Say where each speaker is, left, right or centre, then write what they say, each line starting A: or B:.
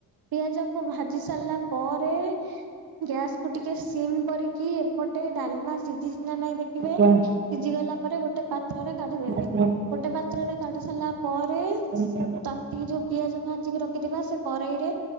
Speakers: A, on the right; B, on the right.
A: ପିଆଜକୁ ଭାଜି ସାରିଲା ପରେ ଗ୍ୟାସକୁ ଟିକେ ସିମ୍ କରି କି ଏପଟେ ଡାଲମା ସିଝିଚି କି ନା ନାଇଁ ଦେଖ୍ ଖିବେ।
B: ଆଜ୍ଞା
A: ସିଝି ଗଲା ପରେ ଗୋଟେ ପାତ୍ରରେ କାଢିଦେବେ।
B: ଆଜ୍ଞା
A: ଗୋଟେ ପାତ୍ରରେ କାଢି ସାରିଲା ପରେ
B: <inaudible>
A: ତାତିକି ଯୋଉ ପିଆଜ ଭାଜିକି ରଖିଥିବା ସେ କରେଇରେ